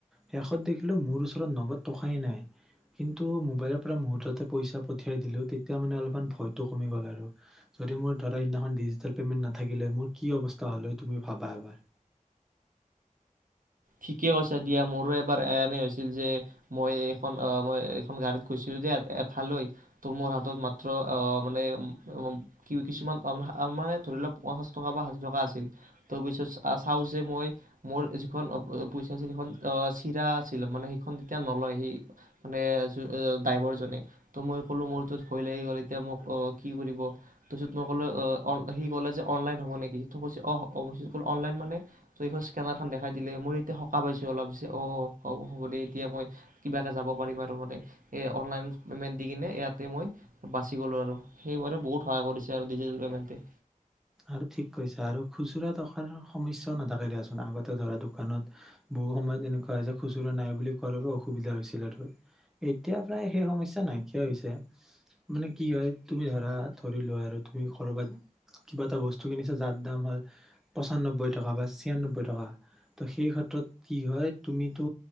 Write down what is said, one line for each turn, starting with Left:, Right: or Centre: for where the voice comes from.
Centre: শেষত দেখিলো মোৰ ওচৰত নগদ টকাই নাই, কিন্তু মবাইলৰ পৰামূহুৰ্তত তে পইচা। পঠিয়াই দিলো তেতিয়া মানে অলপ ভয়টো কমি গ'ল আৰু যদি মোৰা তাতে সিদিনা ডিজিটেল পেমেন্ট নাথাকিলে মোৰ কি অৱস্থা হল তুমি ভাবা এবাৰ।
Right: ঠিকে কৈছা দিয়া মোৰো এবাৰ এনে হৈছিল যে মই এইখন আহ মই এইখন গাড়ীত গৈছিলো দিয়া এঠালৈ ত' মোৰ হাতত মাত্ৰ আহ মানে কি কিছুমান মানে ধৰি লওক পঞ্চাশ টকা বা ষাঠি টকা আছিল ত পিছত চাও যে মই মোৰ যিখন। পইচা আছিল সেইখন অ চিঙা আছিল মানে সেইখন তেতিয়া নলয় সেই মানে ড্ৰাইভাৰ জনে ত মই ক'লো মোৰ ত ভয় লাগি গল এতিয়া মোক অ কি কৰিব তাৰ পিছত মই কলো সি ক'লে যে অনলাইন হ'ব নেকি? অহ অলাইন মানে তে স্কেনাৰখন দেখাই দিলে মোৰ। এ সকাহ পাইছোঁ অলপ অ হ'ব হ'ব দে এতিয়া মই কিবাকে যাব পাৰিম আৰু মানে এই অনলাইন পেমেণ্ট দি কিনে ইয়াতে মই বাচি গ'লো আৰু সেইবাৰে বহুত সহায় কৰিছে আৰু ডিজিটেল পেমেণ্টে।
Centre: আৰু ঠিক কৈছো আৰু খুচুৰা থকাৰ সমস্যা ও নাথাকে দিয়াচোন, আগতে ধৰা দোকানত বহু সময় এনেকুৱা যে খুচুৰা নাই বুলি কৰব অসুবিধা হৈছিল আৰু এতিয়া প্ৰায় সেই সমস্যা নাইকিয়া হৈছে, মানে কি হয় তুমি ধৰা ধৰিলোৱা আৰু তুমি কৰবাত। কিবা এটা বস্তু কিনিছা যাৰ দাম হ'ল পঁচান্ব্বৈ টকা বা ছিয়ান্নব্বৈ টকা ত' সেই ক্ষেত্ৰত কি হয় তুমিতো